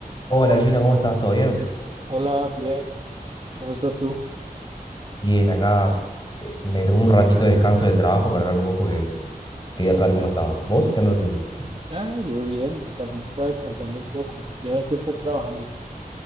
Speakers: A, on the left; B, on the right.
A: Hola Gino, ¿cómo estás? ¿Todo bien?
B: Hola, bien, ¿cómo estás tú?
A: Bien, acá eh, me tomé un ratito de descanso del trabajo para hablar con vos porque quería saber cómo estabas. ¿Vos qué andas haciendo?
B: Ah, yo bien, también estaba descansando un poco. ¿Ya ven que estás trabajando?